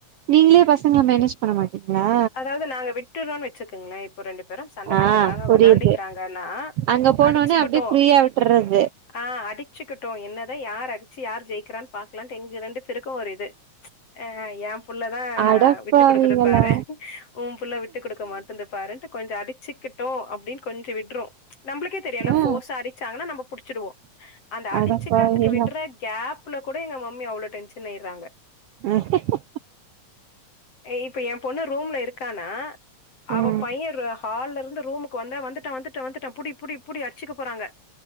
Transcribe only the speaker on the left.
அதாவது நாங்க விட்டுறோன்னு வெச்சுக்கோங்ளேன் ஒரு ரெண்டு பேரு சண்ட போட்டுக்கிறாங்க
வெளான்டிக்கிறாங்கன்னா
அடிச்சுக்கட்டு
அ அடிச்சுக்கிட்டு என்னதா யார் அடிச்சு யார் ஜெயிக்கிறான் பாக்கலான்ட்டு எங்க ரெண்டு பேருக்கு ஒரு இது அ என் புள்ளதா
விட்டு குடுக்குது பாரு உன் புள்ள விட்டு குடுக்க மாட்டந்து பாரு கொஞ்சோ அடிச்சுக்கிட்டோ அப்டின்னு கொஞ்சோ விட்ரோ நம்மளுக்கே தெரியுல
ஃபோர்ஸா அடிச்சாங்கன்னா நம்ம புடுச்சிடுவோ அந்த அடிச்சுக்கிறதுக்கு
விட்ற கேப்ல கூட எங்க மம்மி அவ்ளோ டென்ஷன் ஆயிர்றாங்க
இப்ப என் பொண்ணு ரூம்ல இருக்கானா அவ
பையன் ஹால்ல இருந்து ரூமுக்கு வந்தா வந்துட்டான் வந்துட்டான் வந்துட்டான் புடி புடி புடி அடிச்சுக்க போறாங்க